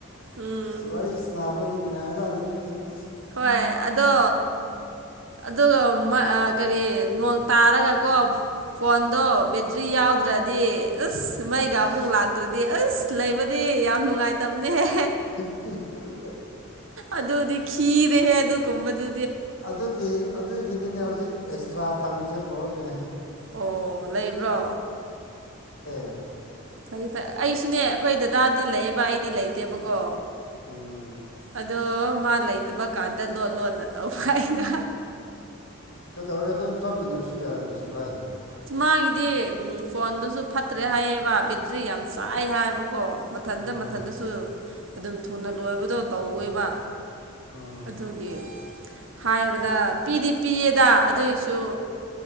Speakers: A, on the right; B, on the left.
A: ꯎꯝ
B: ꯋꯥꯔꯤ ꯏꯁꯅꯥꯕꯗꯤ ꯅꯨꯡꯉꯥꯏꯖꯥꯅꯤ ꯍꯧꯖꯤꯛ
A: ꯍꯣꯏ ꯑꯗꯣ ꯑꯗꯨꯒ ꯀꯔꯤ ꯅꯣꯡ ꯇꯥꯔꯒꯀꯣ ꯐꯣꯟꯗꯣ ꯕꯦꯇ꯭ꯔꯤ ꯌꯥꯎꯗ꯭ꯔꯗꯤ ꯑꯁ ꯃꯩꯒ
B: ꯏꯁ
A: ꯑꯃꯨꯛ ꯂꯥꯛꯇ꯭ꯔꯗꯤ ꯑꯁ ꯂꯩꯕꯗꯤ ꯌꯥꯝ ꯅꯨꯡꯉꯥꯏꯇꯕꯅꯦꯍꯦ
B: <inaudible>
A: ꯑꯗꯨꯗꯤ ꯈꯤꯔꯦ ꯍꯦ ꯑꯗꯨꯒꯨꯝꯕꯗꯨ
B: ꯑꯗꯨꯒꯤ ꯑꯗꯨꯒꯤꯅꯤꯅꯦ ꯍꯧꯖꯤꯛ ꯑꯦꯛꯁꯇ꯭ꯔꯥ ꯊꯝꯃꯤꯁꯦ ꯄꯥꯎꯔꯗ
A: ꯑꯣ ꯂꯩꯕ꯭ꯔꯣ
B: ꯑ
A: ꯐꯔꯦ ꯐꯔꯩ ꯑꯩꯁꯨꯅꯦ ꯑꯩꯈꯣꯏ ꯗꯗꯥꯗꯤ ꯂꯩꯌꯦꯕ ꯑꯩꯗꯤ ꯂꯩꯇꯦꯕꯀꯣ
B: ꯎꯝ
A: ꯑꯗꯣ ꯃꯥ ꯂꯩꯇꯕ ꯀꯥꯟꯗ ꯂꯣꯟ ꯂꯣꯟꯅ ꯇꯧꯕ ꯍꯥꯏꯩꯅ
B: ꯀꯩꯗꯧꯔꯒ ꯑꯗꯨꯝ ꯆꯠꯃꯤꯟꯅꯔꯁꯨ ꯌꯥꯔꯦ ꯀꯩꯁꯨ ꯀꯥꯏꯗꯣꯏꯅꯣ
A: ꯑꯥꯡꯒꯤꯗꯤ ꯎ ꯐꯣꯟꯗꯨꯁꯨ ꯐꯠꯇ꯭ꯔꯦ ꯍꯥꯏꯌꯦꯕ ꯕꯦꯇ꯭ꯔꯤ ꯌꯥꯝ ꯆꯥꯏ ꯍꯥꯏꯕꯀꯣ ꯃꯊꯟꯇ
B: ꯎꯝ
A: ꯃꯊꯟꯇꯁꯨ ꯑꯗꯨꯝ ꯊꯨꯅ ꯂꯣꯏꯕꯗꯣ ꯇꯧꯋꯦꯕ
B: ꯎꯝ
A: ꯑꯗꯨꯒꯤ ꯍꯥꯏꯕꯗ ꯄꯤꯗꯤ ꯄꯤꯌꯦꯗ ꯑꯗꯨꯏꯁꯨ